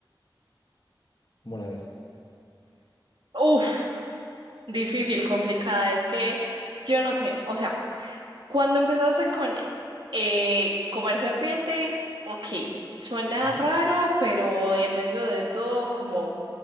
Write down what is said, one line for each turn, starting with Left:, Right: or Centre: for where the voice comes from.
Left: ¿Cómo la ves?
Right: Uf, difícil, complicada. Es que yo no sé. O sea, cuando empezaste con eh, comer serpiente, ok, suena
Left: Ujú.
Right: raro, pero en medio de todo, como